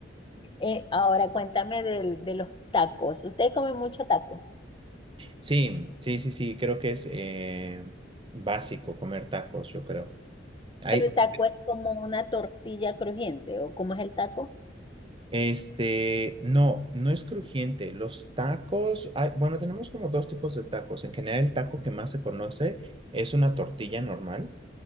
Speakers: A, on the left; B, on the right.
A: Eh, ahora cuéntame del- de los tacos. Ustedes comen mucho tacos,
B: Sí, sí, sí, sí. Creo que es eh, básico comer tacos, yo creo. Ay,
A: pero el taco es como una tortilla crujiente, ¿o cómo es el taco?
B: este, no, no es crujiente. Los tacos, hay- bueno, tenemos como dos tipos de tacos. En general, el taco que más se conoce es una tortilla normal.